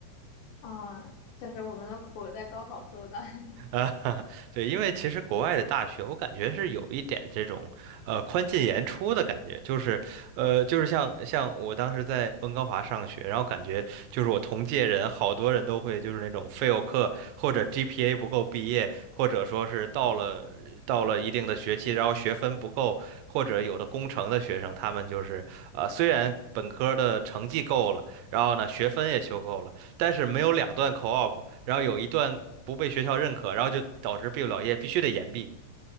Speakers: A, on the left (about 75°); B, on the right (about 80°).
A: 啊，就是我们的苦在高考受的。<laughs>
B: 啊，<laughs> 对，因为其实国外的大学，我感觉是有一点这种呃宽进严出的感觉，就是呃，就是像像我当时在温哥华上学，然后感觉就是我同届人好多人都会就是那种 fail 课，或者 GPA 不够毕业，或者说是到了到了一定的学期，然后学分不够，或者有的工程的学生，他们就是呃虽然本科的成绩够了，然后呢学分也修够了。但是没有两段 co-op，然后有一段不被学校认可，然后就导致毕不了业必须得延毕。